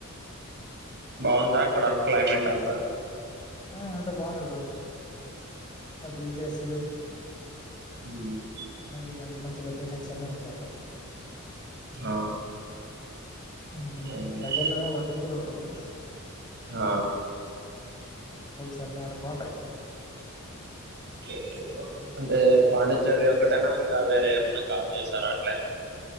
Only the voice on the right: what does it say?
బావుందా అక్కడ క్లైమేట్ అంతా
హ్మ్
ఆ
ఏం-
ఆ
ఒకే ఒకే బ్రో అంటే పాండిచ్చేరి ఒక్కటేనా ఇంకా వేరే ఏమన్నా కా జేసార్ అట్లే